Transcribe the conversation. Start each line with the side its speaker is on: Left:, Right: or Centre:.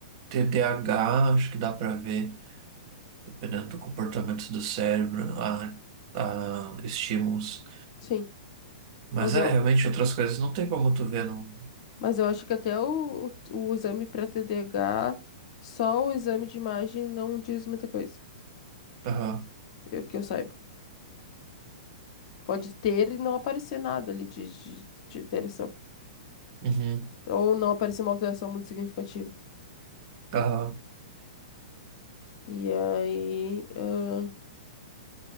Right: TDAH, acho que dá pra ver, dependendo do comportamento do cérebro, a, a estímulos.
Left: Sim. Mas
Right: Mas é,
Left: eu,
Right: realmente outras coisas não tem como tu ver, não.
Left: mas eu acho que até o, o, o exame para TDAH, só o exame de imagem não diz muita coisa,
Right: Aham,
Left: eu, que eu saiba. Pode ter e não aparecer nada ali de, de, de alteração.
Right: uhum,
Left: Ou não aparecer uma alteração muito significativa.
Right: aham,
Left: E aí, ah,